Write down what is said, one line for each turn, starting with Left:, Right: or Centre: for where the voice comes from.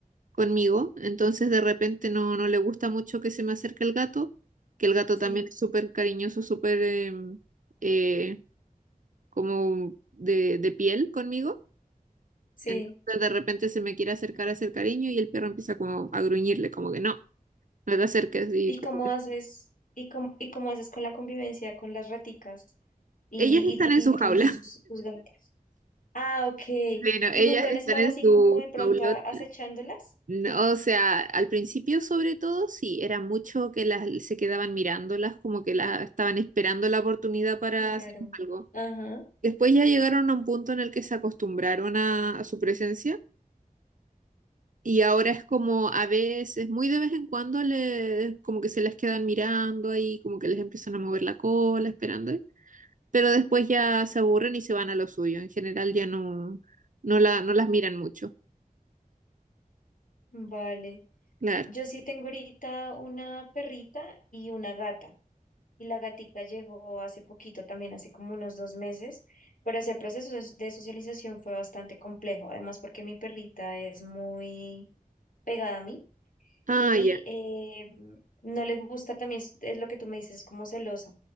Right: conmigo, entonces de repente no, no le gusta mucho que se me acerque el gato, que el gato
Left: Sí,
Right: también es súper cariñoso, súper em, eh, como de, de piel conmigo,
Left: sí.
Right: entonces de repente se me quiere acercar a hacer cariño y el perro empieza como a gruñirle, como que no, no te acerques y
Left: ¿Y
Right: como
Left: cómo
Right: que-
Left: haces, y cómo, y cómo haces con la convivencia con las raticas y,
Right: Ellas están
Left: y,
Right: en su
Left: y tus,
Right: jaula,
Left: tus gatas? Ah, ok.
Right: <laughs> bueno,
Left: ¿Y
Right: ellas
Left: nunca han
Right: están
Left: estado
Right: en
Left: así
Right: su
Left: como de pronto
Right: jaulota.
Left: a- acechándolas?
Right: No, o sea, al principio sobre todo sí, era mucho que las se quedaban mirándolas, como que las estaban esperando la oportunidad para
Left: Claro.
Right: hacer algo.
Left: Ajá,
Right: Después ya llegaron a un punto en el que se acostumbraron a, a su presencia y ahora es como a veces, muy de vez en cuando, les, como que se les quedan mirando ahí, como que les empiezan a mover la cola, esperando, ¿eh? pero después ya se aburren y se van a lo suyo. En general ya no, no, la, no las miran mucho,
Left: vale.
Right: claro.
Left: Yo sí tengo ahorita una perrita y una gata. Y la gatica llegó hace poquito también, hace como unos dos meses, pero ese proceso de de socialización fue bastante complejo, además porque mi perrita es muy pegada a mí.
Right: Ah,
Left: y
Right: ya,
Left: eh, no le gusta también, es es lo que tú me dices, es como celosa.